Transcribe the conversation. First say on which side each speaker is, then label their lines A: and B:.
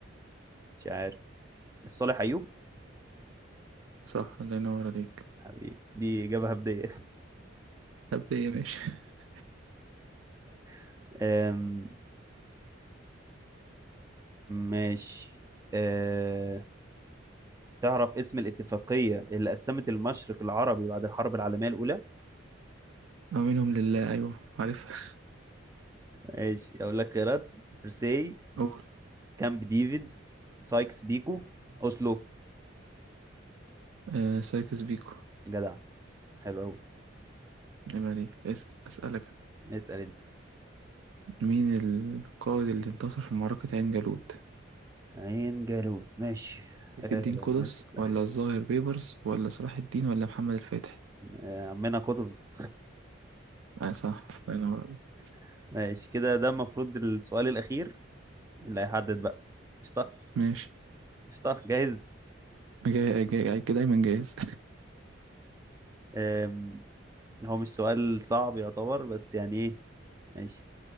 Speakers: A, on the right; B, on the right.
A: مش عارف الصالح ايوب
B: صح الله ينور عليك
A: حبيبي دي اجابة هبدية
B: طب ايه ماشي <laughs>
A: <laughs> أم، ماشي أه... تعرف اسم الاتفاقية اللي قسمت المشرق العربي بعد الحرب العالمية الأولى؟
B: أو منهم لله أيوة عارفها
A: ماشي أقول لك خيارات برساي
B: <laughs> قول
A: كامب ديفيد سايكس بيكو أوسلو
B: آه سايكس بيكو
A: جدع حلو أوي
B: عيب عليك اس- أسألك
A: اسأل أنت
B: مين القائد اللي انتصر في معركة عين جالوت
A: عين جالوت ماشي
B: سيف
A: آه
B: الدين قطز
A: ما لسه
B: ولا الظاهر بيبرس ولا صلاح الدين ولا محمد الفاتح
A: آه عمنا قطز
B: اه صح الله ينور عليك.
A: <laughs> ماشي كده ده المفروض السؤال الأخير اللي هيحدد بقى قشطة
B: ماشي
A: قشطة جاهز
B: جاي جاي جاي كده دايما جاهز
A: آم، هو مش سؤال صعب يعتبر بس يعني إيه ماشي